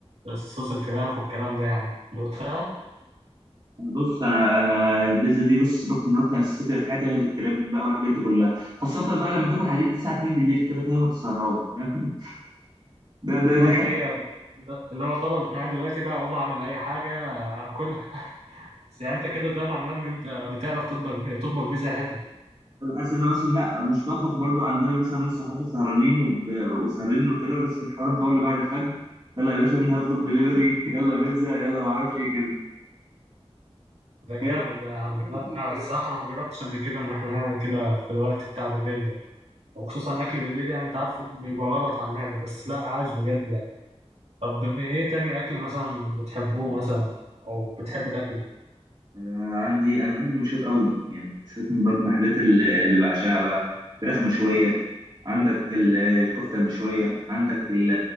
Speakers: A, on the right; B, on the right.
A: الصوص الفراخ والكلام ده يعني دقتها
B: أنا بص انا انا البيتزا دي بص ركن ركن اساسي كده في حياتي غير الكريب بقى والحاجات دي كلها خاصه بقى لما تاكل الحاجات دي الساعه 2 بالليل كده فاهم وتسهران <laughs> ده ده
A: اه
B: دي
A: اللي هي اللي هو طلبت معايا دلوقتي بقى اقوم اعمل اي حاجه اكلها بس يعني انت كده ده معناه ان انت بتعرف تطبخ بي... تطبخ بيتزا حلو
B: اصل انا مثلا لا مش بطبخ برضو عندنا مثلا ناس صحابي سهرانين وب... وسهرانين وكده ولسه الحوار مطول لبعد الفجر يلا يا باشا مين هيطلب دليفري <laughs> يلا بيتزا يلا ما اعرفش ايه كده
A: ده جامد
B: هي-
A: ده يا عم لا
B: هي
A: آه،
B: كده.
A: الصراحه انا ما جربتش قبل كده ان احنا نعمل كده في الوقت بتاع بالليل ده وخصوصا اكل بالليل يعني انت عارفه بيبقى غلط على المعده بس لا عاش بجد يعني طب في ايه تاني اكل مثلا بتحبوه مثلا او بتحب تاكله
B: آه، عندي انا بحب المشويات قوي يعني المشويات من- برضو من الحاجات اللي اللي بعشقها بقى فراخ مشويه عندك ال- الكفته المشويه عندك ال-